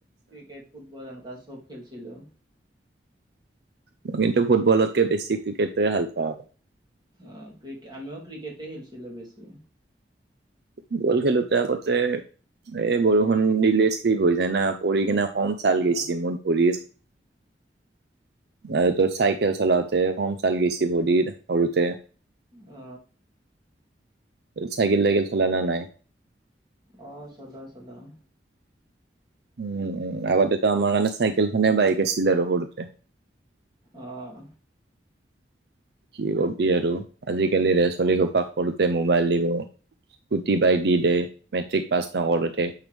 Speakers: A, on the right; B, on the right.
A: ক্ৰিকেট ফুটবল এনেকা চব খেলছিলো।
B: মই কিন্তু ফুটবলতকে বেছি ক্ৰিকেটো হে ভাল পাওঁ আৰু।
A: অ ক্ৰিকেট আমিও ক্ৰিকেটে খেলিছিলো বেছি।
B: ফুটবল খেলোতে আগতে এ বৰষুণ দিলে শ্লিপ হৈ যায় না, পৰি কিনে কম চাল
A: অ
B: গৈছে। মোৰ ভৰিয়ে- আৰু তোৰ চাইকেল চলাওঁতে কম চাল গৈছি ভৰিৰ সৰুতে।
A: অ।
B: চাইকেল তাইকেল চলা নে নাই?
A: অ চলাও চলাও।
B: উম উম আগতেতো আমাৰ কাৰণে চাইকেল খানে বাইক আছিল আৰু সৰুতে
A: অহ
B: কি কবি আৰু আজি কালি ল 'ৰা ছোৱালীক <unintelligible> কৰোঁতে মোবাইল দিব স্কুটি বাইক দি দে মেট্ৰিক পাছ নকৰোতে